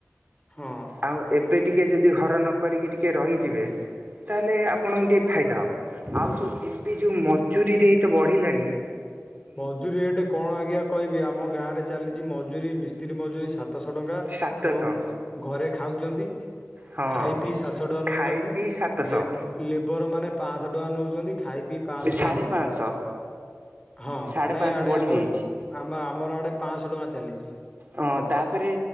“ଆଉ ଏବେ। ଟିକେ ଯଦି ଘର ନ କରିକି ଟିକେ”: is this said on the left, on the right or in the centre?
Right